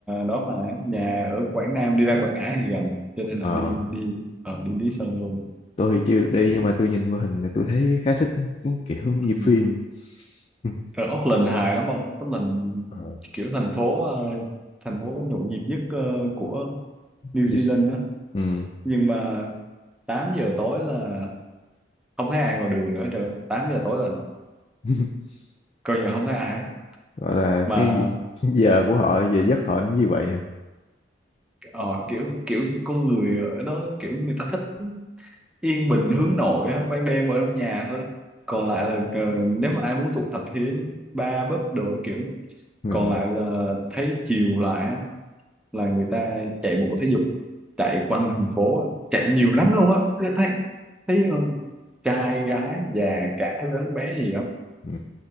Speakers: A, in the centre; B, on the left (about 35°).
A: đó mà nhà ở Quảng Nam đi ra Quảng Ngãi thì gần cho nên
B: ờ,
A: là đi đi ờ, đi Lý Sơn luôn
B: tôi thì chưa được đi nhưng mà tôi nhìn qua hình thì tôi thấy khá thích cái kiểu <laughs> như
A: ừ.
B: phim Ừ,
A: Rồi Auckland hài lắm không? Auckland
B: Ờ,
A: kiểu thành phố ờ, thành phố nhộn nhịp nhất ờ, của New
B: như-
A: Zealand đó.
B: ừ.
A: Nhưng mà 8 giờ tối là không thấy ai ngoài đường nữa trời. 8 giờ tối là
B: <laughs>
A: coi như là không thấy ai
B: gọi là
A: mà
B: cái gì <laughs> giờ của họ giờ giấc họ nó như vậy hả
A: ờ, kiểu kiểu con người ở đó kiểu người ta thích yên bình hướng nội á, ban đêm ở trong nhà thôi. Còn lại là ờ, nếu mà ai muốn tụ tập thì đến bar pub đồ kiểu
B: ừ.
A: còn lại là thấy chiều lại là người ta chạy bộ thể dục chạy quanh thành phố chạy nhiều lắm luôn á tôi thấy thấy ờ, trai gái già cả lớn bé gì á
B: Ừ.